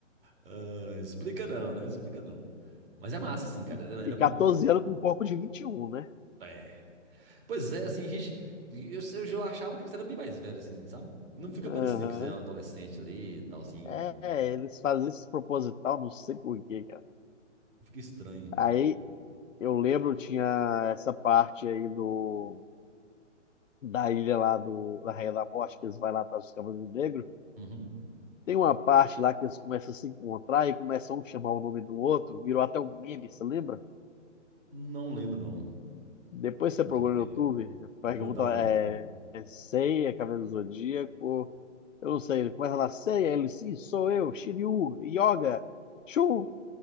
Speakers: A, on the right (about 50°); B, on the left (about 90°).
A: Ah, explica não, não explica não. Mas é massa, assim, cara.
B: E,
A: Era,
B: e
A: era
B: 14
A: muito doido.
B: anos com um corpo de 21, né?
A: É. Pois é, assim, gente. Eu, eu, eu achava que eles eram bem mais velhos, assim, sabe? Não fica
B: Aham.
A: parecendo que eles eram adolescente ali e tal, assim.
B: É, eles fazem isso proposital, não sei por quê, cara.
A: Fica estranho.
B: Aí eu lembro, tinha essa parte aí do da ilha lá do, da Rainha da Morte, que eles vão lá atrás dos Cavaleiros Negros.
A: Uhum.
B: Tem uma parte lá que eles começam a se encontrar e começam um a um chamar o nome do outro, virou até um meme, você lembra?
A: Não lembro, não.
B: Depois você
A: Nossa,
B: procura
A: é muito
B: no
A: tempo.
B: YouTube, pergunta
A: Eu Vou dar uma
B: é,
A: olhada.
B: é Sei, é Cavaleiro do Zodíaco, eu não sei, ele começa lá, Sei, aí ele, sim, sou eu, Shiryu, Yoga, Shun,